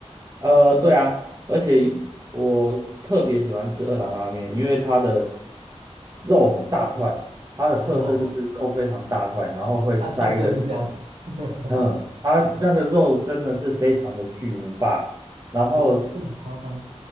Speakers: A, on the right (about 30°); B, on the right (about 55°).
A: 呃，对啊，而且我特别喜欢吃二郎拉面，因为它的肉很大块，它的特色就是肉非常大块，
B: 哦 <laughs>
A: 然后会塞了，
B: 哦，它特色是这样，<laughs>
A: 嗯，它那个肉真的是非常的巨无霸，然后
B: 有这么夸张？